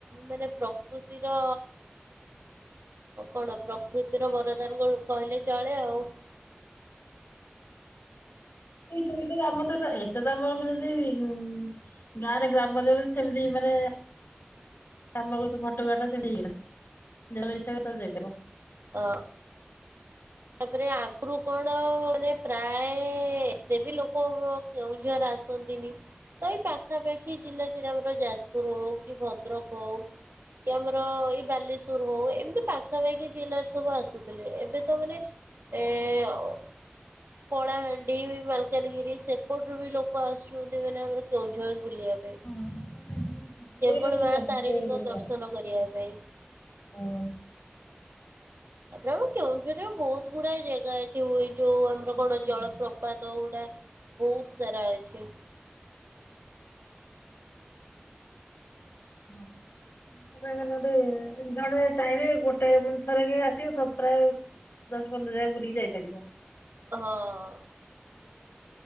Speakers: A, on the right; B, on the left.
A: ମାନେ ପ୍ରକ୍ ପ୍ରକୃତିର, କଣ? ପ୍ରକୃତିର ବରଦାନ କହିଲେ ଚଳେ ଆଉ।
B: <inaudible> ଇଛ କି, ଆମର ତ। ଏଟେ ତ ଆମର, ମାନେ ଯ <unintelligible> ଗାଁରେ ଗ୍ରାମଦେବତୀ ସେମିତି ମାନେ ଆମର ତ ଘଟଗାଁ ସେ ହେଇଗଲା। ଯେତେବଳେ ଇଛା ସେତେବେଳେ ଯାଇପରିବ।
A: ଅ ତାପରେ ଆଗ୍ରୁ କଣ, ପ୍ରାୟ ଏତେ ବି ଲୋକ କେଉଁଝର ଆସନ୍ତିନି ତ ଏଇ ପାଖାପାଖି ଜିଲ୍ଲା। ଯେ ଆମର ଯାଜପୁର ହଉ, କି ଭଦ୍ର ବଦ୍ରକ୍ ହଉ କି ଆମର ଏଇ ବାଲେଶ୍ୱର ହଉ ଏମିତି ପାଖାପାଖି ଜିଲ୍ଲାରୁ ସବୁ ଆସୁଥିଲେ। ଏବେ ତ ମାନେ ଏ ଅ କଳାହାଣ୍ଡି, ମାଲକାନଗିରି ସେପଟରୁ ବି ଲୋକ ଆସୁଛନ୍ତି। ମାନେ ଆମର କେଉଁଝର ବୁଲିବା ପାଇଁ।
B: <inaudible>
A: କେବଳ
B: ହେଇଗଲା ପୁରା
A: ମା
B: ସବୁଆଡୁ
A: ତାରିଣୀଙ୍କ
B: ଲୋକ
A: ଦର୍ଶନ କରିବା ପାଇଁ। ତାପରେ,
B: ଆସନ୍ତି।
A: ଆମ କେଉଁଝରରେ ବହୁତ ଗୁଡାଏ ଜାଗା ଅଛି। ଇଏ ଯୋଉ ଆମ ଆମର
B: ବୁଲିବା
A: କଣ ଜଳପ୍ରପାତ
B: ପାଇଁ।
A: ଗୁଡା। ବୋ ହୁତ ସାରା ଅଛି।
B: <inaudible> ତା ମାନେ ଗୋଟେ। ଜଣେ ଚାହିଁଲେ ଗୋଟେ ମେ ଥରକ ଆସିବ, ସ ଦଶ, ପନ୍ଦର ଜାଗା ବୁଲିକି ଯାଇପାରିବ।
A: ହଁହଁ।